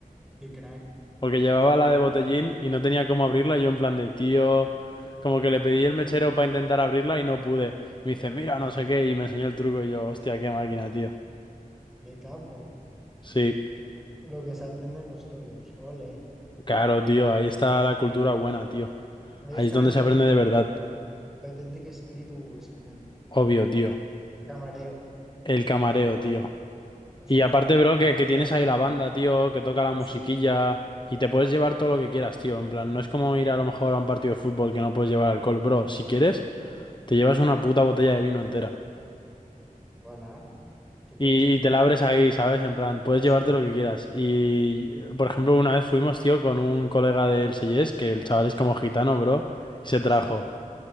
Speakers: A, in the centre; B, on the left.
A: qué crack,
B: Porque llevaba
A: qué buen
B: la
A: abuelo.
B: de botellín y no tenía cómo abrirla. y yo en plan de tío,
A: Sí,
B: como que le pedí el mechero para intentar abrirla y no pude. Y me dice, mira,
A: Ya,
B: no sé qué, y me enseñó el truco y yo, hostia, qué máquina, tío.
A: qué capo.
B: Sí,
A: Lo que se aprenden los toros, ole.
B: claro, tío, ahí está la cultura buena, tío.
A: Ahí
B: Ahí
A: está
B: es donde
A: el,
B: se aprende
A: auténtico
B: de verdad.
A: el auténtico espíritu español,
B: Obvio, tío.
A: el camareo.
B: El camareo, tío.
A: O sea,
B: Y aparte,
A: camarero,
B: bro,
A: no, pero
B: que, que tienes
A: camarada,
B: ahí la banda,
A: tal.
B: tío, que toca la musiquilla
A: Sí,
B: y te puedes llevar todo lo que quieras, tío. En plan, no es como ir a lo mejor a un partido de fútbol que no puedes llevar alcohol, bro. Si quieres, te llevas una puta botella de vino entera.
A: voilà, qué tocho.
B: Y, y te la abres ahí, ¿sabes? En plan, puedes
A: Sí,
B: llevarte lo que quieras. Y, por ejemplo, una vez fuimos, tío, con un colega del Seyes, que el chaval es como gitano, bro, y se trajo,
A: sí.